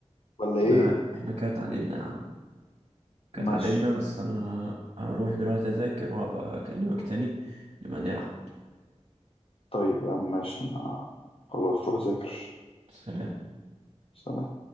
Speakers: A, on the left; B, on the right.
A: ولا ايه
B: لا احنا كده اتعادلنا يا عم كده اتعادلنا
A: ماشي
B: بس أنا هروح دلوقتي أذاكر وأبقى أكلمك تاني نبقى نلعب
A: طيب يا عم ماشي انا خلاص روح ذاكر
B: سلام
A: سلام